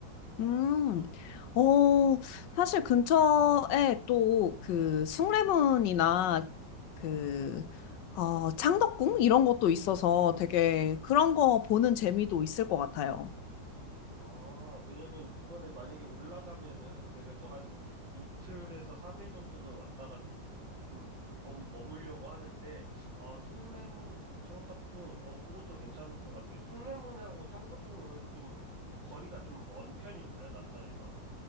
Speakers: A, on the left; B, on the right.
A: 음, 어, 사실 근처에 또 그 숭례문이나 그, 어, 창덕궁? 이런 것도 있어서 되게 그런 거 보는 재미도 있을 것 같아요.
B: 아, 왜냐면 이번에 만약에 올라가면은 그래도 한 이틀에서 삼일 정도는 왔다가 좀 범, 머물려고 하는데, 아, 숭례문, 창덕궁, 어, 그것도 괜찮을 것 같네. 숭례문하고 창덕궁은 좀 거리가 좀 먼 편인가요, 남산에서?